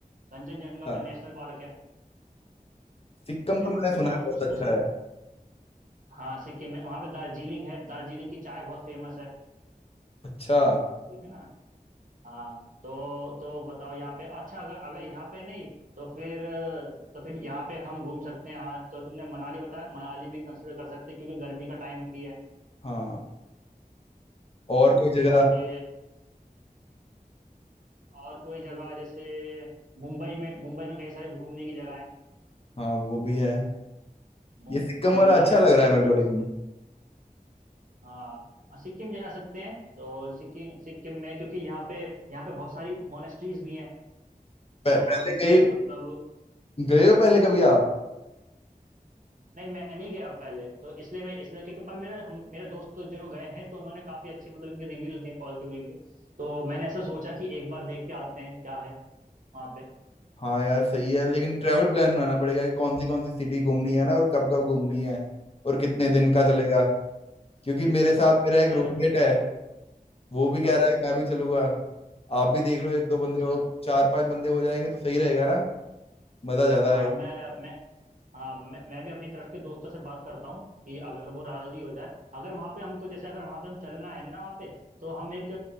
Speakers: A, on the right; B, on the left.
A: कंचनजंगा
B: हाँ
A: का नेशनल पार्क है
B: सिक्किम
A: ठीक है
B: तो मैंने
A: तो
B: सुना
A: हम
B: है बहुत
A: उस
B: अच्छा
A: उस
B: है
A: हाँ सिक्किम में वहाँ पे दार्जिलिंग है दार्जिलिंग की चाय बहुत फेमस है
B: अच्छा
A: ठीक है ना हाँ तो तो बताओ यहाँ पे अच्छा अगर अगर यहाँ पे नहीं तो फिर तो फिर यहाँ पे हम घूम सकते हैं हाँ तो तुमने मनाली बताया मनाली भी कंसिडर कर सकते हैं क्योंकि गर्मी का टाइम भी है
B: हाँ और
A: हाँ
B: कोई
A: तो
B: जगह
A: वहाँ पे और कोई जगह जैसे मुंबई में मुंबई में कई सारी घूमने की जगह है
B: हाँ वो भी है
A: मुं,
B: ये सिक्किम
A: मुंबई
B: वाला अच्छा
A: में
B: लग
A: मुंबई
B: रहा है मेरे
A: में
B: को
A: हम
B: लेकिन
A: हाँ हाँ, सिक्किम जा सकते हैं तो सिक्किम सिक्किम में क्योंकि यहाँ पे यहाँ पे बहुत सारी मोनेस्ट्रीज भी हैं
B: पह,
A: तो
B: पहले
A: हमसे
B: गए
A: मतलब
B: गए हो पहले कभी आप
A: नहीं मैं नहीं गया पहले तो इसलिए मैं इसलिए क्योंकि पर मेरे हम मेरे दोस्त तो जो गए हैं तो उन्होंने काफी अच्छे मतलब इनके रिव्यूज दिए पॉजिटिव रिव्यू तो मैंने ऐसा सोचा कि एक बार देख के आते हैं क्या है वहाँ पे
B: हाँ यार सही है लेकिन ट्रैवल प्लान बनाना पड़ेगा कि कौन सी कौन सी सिटी घूमनी है ना और कब कब घूमनी है और कितने दिन का चलेगा
A: हाँ
B: क्योंकि मेरे साथ
A: हाँ
B: मेरा एक
A: मैं
B: रूममेट
A: बता
B: है वो भी कह
A: हाँ
B: रहा है
A: अच्छा
B: कि मैं भी चलूंगा आप भी देख लो एक दो बंदे
A: अच्छा
B: हो चार पांच बंदे हो जाएंगे तो सही रहेगा ना मजा ज्यादा
A: हाँ
B: आएगा
A: मैं मैं हाँ मैं मैं भी अपनी तरफ के दोस्तों से बात करता हूँ कि अगर वो राजी हो जाए अगर वहाँ पे हमको जैसे अगर वहाँ पे हम चलना है ना वहाँ पे तो हम एक